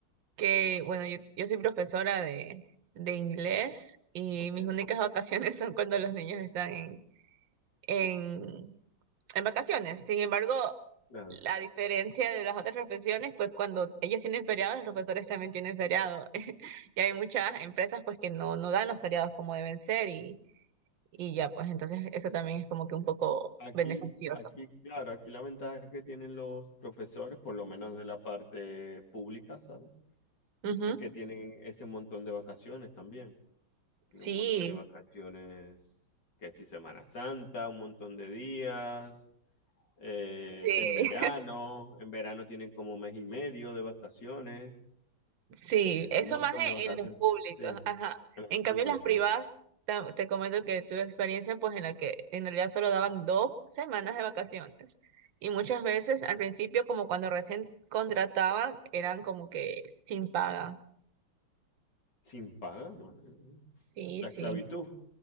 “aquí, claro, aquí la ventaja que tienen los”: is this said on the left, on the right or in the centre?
Left